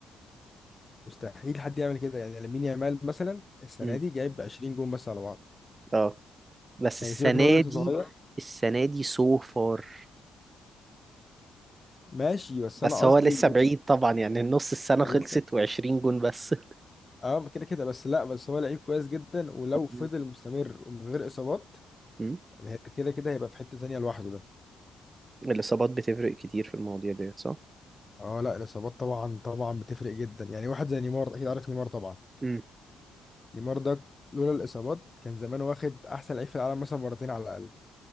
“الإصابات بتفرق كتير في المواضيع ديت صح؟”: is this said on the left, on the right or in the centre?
Right